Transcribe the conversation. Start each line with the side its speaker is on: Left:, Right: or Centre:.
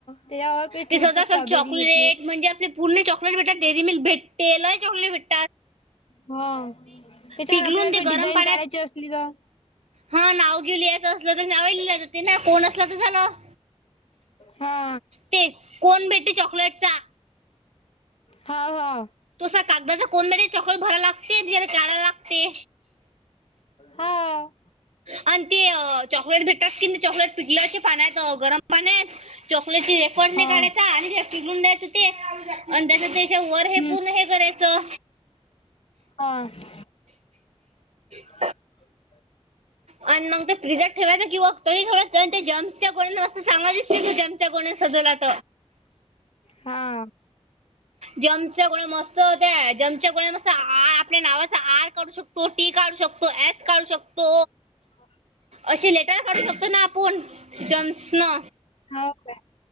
Left: त्याच्यावर काही ठूर
Right: ते सजावट
Left: स्ट्रॉबेरी
Right: चॉकलेट
Left: येते.
Right: म्हणजे आपले, पूर्ण चॉकलेट भेट डेरीमील्क भेटेते लाय चॉकलेट भेट
Left: ह त्यांच्यावर
Right: पिघलून
Left: आपल्याला
Right: ते
Left: काई डिझाईन
Right: गरम पाण्यात
Left: काढायची असली तर.
Right: हा नाव घीव लिहायचं असलं तर नाव लिहिहायचं ते ना कोण असला तर झालं.
Left: हा
Right: ते कोण भेटते चॉकलेटचा
Left: हा हा
Right: तुसा कागदाच्या कोनमध्ये चाकलेट भराव लागते जला काळा लागते.
Left: हा
Right: आणि ते चॉकलेट भेटतात की, चॉकलेट पिकल्याचे पान्यात गरम पाण्यात चॉकलेट रेफड नाही
Left: हा
Right: काढायचा आणि पिूलन द्यायचा. ते अ त्यांच्याच त्याच्या वर हे
Left: हम्म
Right: पूर्ण हे करायचं.
Left: हा ब
Right: अ <inaudible>
Left: <inaudible>
Right: आणि मग ते फ्रीजात ठेवायच किवा तोरी थोड जम्सच्यां सांगायच. जेम्स त्या गोण्या सजवलात
Left: हा
Right: जेम्सच्या गोळ्या मस्त
Left: <inaudible>
Right: जेम्सच्या गोळ्या कस आपल्या नावाचा आर काढू शकतो टी काढू शकतो एस काढू शकतो.
Left: हो
Right: अशी लेटर काढू शकतो ना आप- जम्स न
Left: हो का